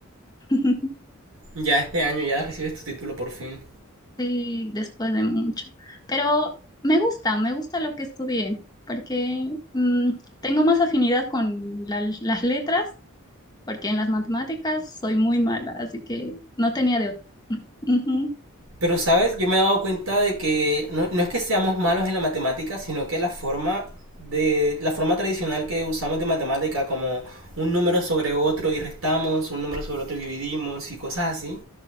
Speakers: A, on the left; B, on the right.
A: <laughs>
B: ya este año ya recibes tu título por fin.
A: Sí, después de mucho. Pero me gusta, me gusta lo que estudié, porque mm, tengo más afinidad con la- las letras porque en las matemáticas soy muy mala, así que no tenía de otra. Ujú,
B: Pero, ¿sabes? Yo me he dado cuenta de que no, no es que seamos malos en la matemática, sino que la forma de la forma tradicional que usamos de matemática como un número sobre otro y restamos, un número sobre otro y dividimos y cosas así,